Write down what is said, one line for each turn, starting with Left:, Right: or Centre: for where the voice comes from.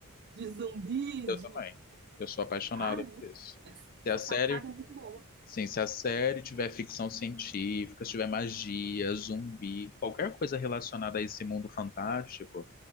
Right: de zumbi,
Left: Eu
Right: de.
Left: também. Eu sou apaixonado
Right: Ah, é muito...
Left: por isso.
Right: essa
Left: Se a série
Right: sacada é muito boa.
Left: Sim, se a série tiver ficção científica, se tiver magia, zumbi, qualquer coisa relacionada a esse mundo fantástico,